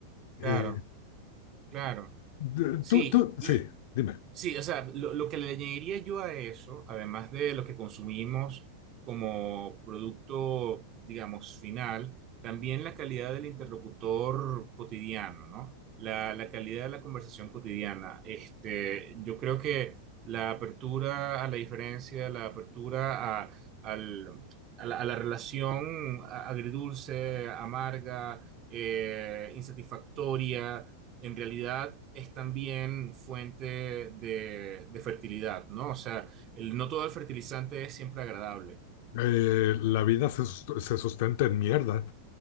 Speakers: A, on the left; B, on the right.
A: Eh,
B: claro, claro.
A: de-
B: Sí,
A: tú, tú, sí,
B: y,
A: dime.
B: Sí, o sea, lo, lo que le añadiría yo a eso, además de lo que consumimos como producto, digamos, final, también la calidad del interlocutor cotidiano, ¿no? La, la calidad de la conversación cotidiana. Este, yo creo que la apertura a la diferencia, la apertura a, al- a la, a la relación agridulce, amarga, eh, insatisfactoria en realidad es también fuente de, de fertilidad, ¿no? O sea, el- no todo el fertilizante es siempre agradable.
A: Eh, la vida se, sust- se sustenta en mierda.